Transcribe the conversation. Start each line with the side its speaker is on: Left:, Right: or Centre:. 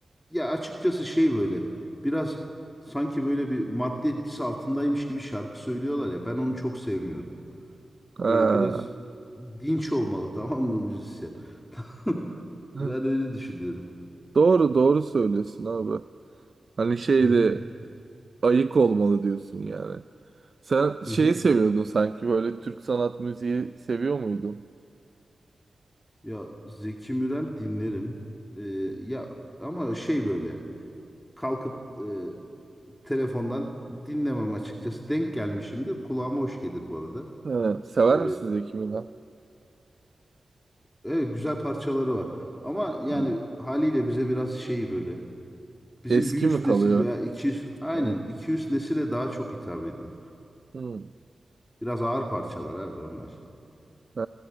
Left: ya açıkçası şey böyle biraz sanki böyle bir madde etkisi altındaymış gibi şarkı söylüyorlar ya ben onu çok sevmiyorum.
Right: Ha.
Left: Böyle biraz dinç olmalı <laughs> tamam mı müzisyen? <laughs>
Right: Hı.
Left: Ben öyle düşünüyorum.
Right: Doğru doğru söylüyorsun abi. Hani şeyde
Left: Hı hı.
Right: ayık olmalı diyorsun yani. Sen şeyi
Left: Hı hı.
Right: seviyordun sanki böyle Türk sanat müziği seviyor muydun?
Left: Ya Zeki Müren dinlerim. Ee, ya ama şey böyle kalkıp e, telefondan dinlemem açıkçası. Denk gelmişimdir. Kulağıma hoş gelir bu arada.
Right: Ha. Sever
Left: Ee,
Right: misin Zeki Müren?
Left: Evet, güzel parçaları var. Ama yani
Right: Hı.
Left: haliyle bize biraz şey böyle. Bizim
Right: Eski
Left: bir üst
Right: mi kalıyor?
Left: nesil veya iki üst, aynen
Right: Ha.
Left: iki üst nesile daha çok hitap ediyor.
Right: Hı.
Left: Biraz ağır parçalar abi onlar.
Right: He,